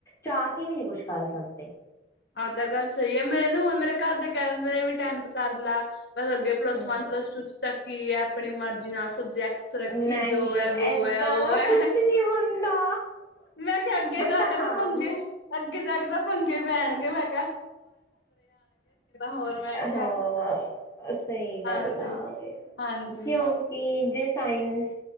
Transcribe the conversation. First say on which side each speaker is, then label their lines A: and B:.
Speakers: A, on the left; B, on the left.
A: ਚਾਹ ਕੇ ਵੀ ਨਹੀਂੀ ਕੁਛ ਕਰ ਸਕਦੇ
B: ਆਹ ਤਾਂ ਗੱਲ ਸਹੀ ਹੈ ਮੈਨੂੰ ਹੁਣ ਮੇਰੇ ਘਰ ਦੇ ਕਹਿ ਦਿੰਦੇ ਨੇ ਵੀ ਟੈਨਥ ਕਰ ਲਾ ਬਸ ਅੱਗੇ ਪਲੱਸ
A: ਹਮ
B: ਵਨ ਪਲੱਸ ਟੂ ਚ ਤ ਕੀ ਹੈ ਆਪਣੀ ਮਰਜ਼ੀ ਨਾਲ ਸਬਜੈਕਟਸ ਰੱਖੀ
A: ਨਹੀਂ
B: ਜੋ ਹੈ ਵੋ
A: ਏਦਾਂ
B: ਹੈ ਉਹ
A: ਦਾ
B: ਹੈ
A: ਕੁਛ ਨੀ ਹੁੰਦਾ
B: ਮੈਂ ਕਿਹਾ ਅੱਗੇ
A: ਬਟ
B: ਜਾ ਕੇ
A: ਹਾਂ
B: ਤਾਂ ਪੰਗੇ ਅੱਗੇ ਜਾ ਕੇ ਤਾਂ ਪੰਗੇ ਪੈਣਗੇ ਮੈ ਹੋਰ ਮੈਂ ਕਿਹਾ
A: ਹਾਂ ਸਹੀ ਗੱਲ
B: ਹਾਂਜੀ
A: ਆ
B: ਹਾਂਜੀ
A: ਕਿਉਂਕਿ ਜਿਸ ਸਾਇੰਸ